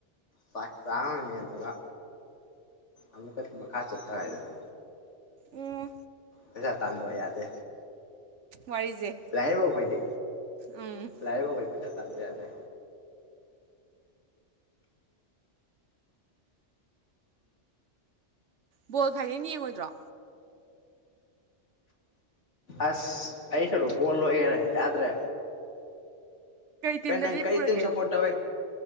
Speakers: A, on the left; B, on the right.
A: ꯆꯥꯛ ꯆꯥꯃꯅꯤ ꯑꯗꯨꯒ ꯑꯃꯨꯛꯀꯁꯨ ꯃꯈꯥ ꯆꯠꯊ ꯍꯥꯏꯗꯨꯅꯤ
B: ꯎꯝ
A: ꯄꯩꯁꯥ ꯇꯥꯟꯗꯕ ꯌꯥꯗꯦ
B: ꯋꯥꯔꯤꯁꯦ
A: ꯂꯥꯏꯔꯕ ꯑꯈꯣꯏꯗꯤ
B: ꯎꯝ
A: ꯂꯥꯏꯔꯕ ꯑꯩꯈꯣꯏ ꯄꯩꯁꯥ ꯇꯥꯟꯗ ꯌꯥꯗ꯭ꯔꯦ
B: ꯕꯣꯜ ꯐꯥꯏꯅꯦꯜ ꯌꯦꯡꯉꯣꯏꯗ꯭ꯔꯣ
A: ꯑꯁ ꯑꯩ ꯁꯔꯨꯛ ꯕꯣꯜ ꯂꯣꯏꯒꯔꯦ ꯌꯥꯗ꯭ꯔꯦ
B: ꯇꯤꯝꯗ
A: ꯀꯩ ꯅꯪ
B: ꯂꯦꯞꯄꯨꯔꯒꯦ
A: ꯀꯔꯤ ꯇꯤꯝ ꯁꯄꯣꯔꯠ ꯇꯧꯋꯤ